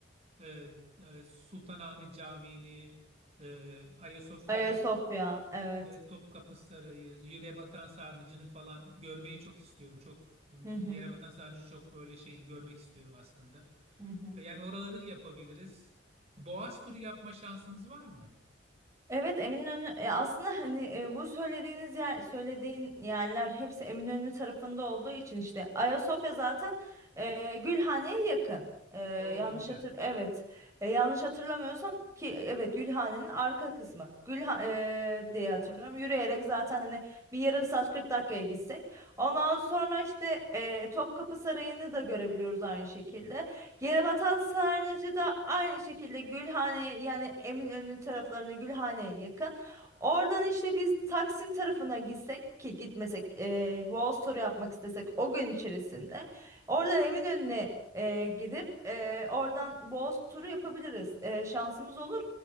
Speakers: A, on the right; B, on the right.
A: e, e, Sultanahmet Camii'ni, e, Ayasofya
B: Ayasofya evet.
A: ve Topkapı Sarayı, yere batan sarnıcını falan görmeyi çok istiyorum. Çok
B: Hı hı.
A: yere batan sarnıcı çok böyle şey görmek istiyorum aslında.
B: Hı hı.
A: Yani oraları yapabiliriz. Boğaz turu yapma şansımız var mı?
B: Evet Eminönü e, aslında hani e, bu söylediğiniz yer söylediğin yerler hepsi Eminönü tarafında olduğu için işte Ayasofya zaten e, Gülhane'ye yakın. E,
A: Oo
B: yanlış
A: ne güzel.
B: hatır evet E, yanlış hatırlamıyorsam ki evet Gülhane'nin arka kısmı Gülha e, diye hatırlıyorum yürüyerek zaten hani bir yarım saat 40 dakikaya gitsek ondan sonra işte e, Topkapı Sarayı'nı da görebiliyoruz aynı şekilde Yere batan sarnıcı da aynı şekilde Gülhane yani Eminönü taraflarına Gülhane'ye yakın. Oradan işte biz Taksim tarafına gitsek ki gitmesek e, Boğaz turu yapmak istesek o gün içerisinde. Oradan Eminönü'ne e, gidip e, oradan Boğaz turu yapabiliriz. E, şansımız olur.